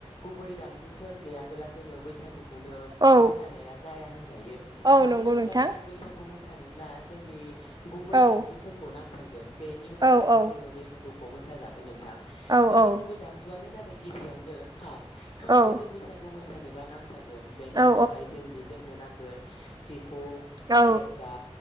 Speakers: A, on the left; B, on the right.
A: गुबै दामजुफोर गैयाबोला जोङो बैसागु खौनो
B: औ
A: मोसानायानो जाया होनजायो
B: औ
A: मानो
B: नंगौ
A: होनोब्ला
B: नोंथां
A: जों बैसागु मोसा सानोब्ला जोंनि गुबै
B: औ
A: दामजुफोरखौ नांथारगोन गोन बेनि उनावहायसो
B: औ औ
A: जोङो बैसागु खौ मोसा जागोन नों थां
B: औ
A: जोंनि
B: औ
A: गुबै दामजुआनो जादों। गिबियावनो खाम खामखौ
B: औ
A: जों बैसागु मोसानो बा नां थारगोन बेनि
B: औ
A: उनावहाय जों जोंनो नांगो गोन सिफुं फुं
B: औ
A: सेरजा